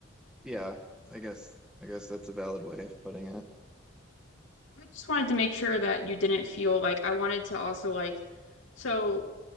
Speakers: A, in the centre; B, on the left.
A: yeah, I guess I guess that's a valid way of putting it.
B: I just wanted to make sure that you didn't feel like I wanted to also like so